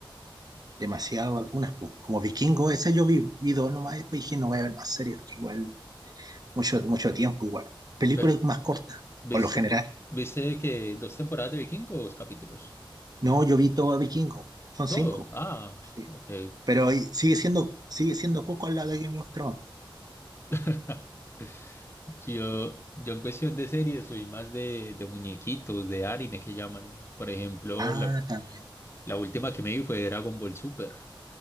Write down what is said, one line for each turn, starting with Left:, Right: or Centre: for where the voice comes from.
Right: Demasiado algunas, pues. Como Vikingo, esa yo vi, vi dos nomás, después dije, no voy a ver más series, que igual, mucho, mucho tiempo igual. Películas
Left: Pero,
Right: más cortas,
Left: ¿viste,
Right: por lo general.
Left: viste que dos temporadas de Vikingos, capítulos?
Right: No, yo vi todo Vikingo, son
Left: Todo.
Right: cinco.
Left: Ah,
Right: Sí,
Left: ok.
Right: Pero ahí sigue siendo, sigue siendo poco al lado de Game of Thrones.
Left: <laughs> Sí, Yo, yo en cuestión de series soy más de, de muñequitos, de anime que llaman. Por ejemplo,
Right: Ah,
Left: la,
Right: también.
Left: la última que me vi fue Dragon Ball Super.